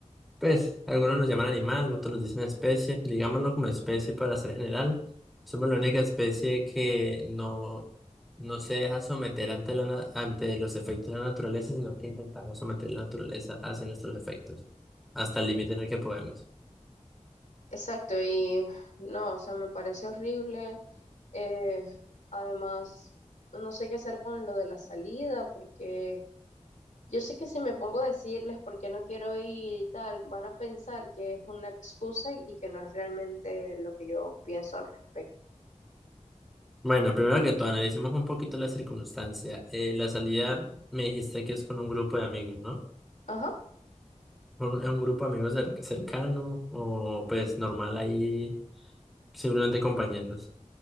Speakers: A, in the centre; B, on the left (about 80°).
A: Pues, algunos nos llaman animal, otros nos dicen especie. Digámoslo como especie para ser general. Somos la única especie que no, no se deja someter ante, la, na- ante los efectos de la naturaleza, sino que intentamos someter la naturaleza hacia nuestros efectos, hasta el límite en el que podemos.
B: Exacto, y no, o sea, me parece horrible. eh, además, no sé qué hacer con lo de la salida, porque yo sé que si me pongo a decirles por qué no quiero ir y tal, van a pensar que es una excusa y que no es realmente lo que yo pienso al respecto.
A: Bueno, primero que todo, analicemos un poquito la circunstancia. Eh, la salida me dijiste que es con un grupo de amigos, ¿no?
B: Ajá.
A: Un, un grupo de amigos cer- cercano o pues normal ahí, simplemente compañeros.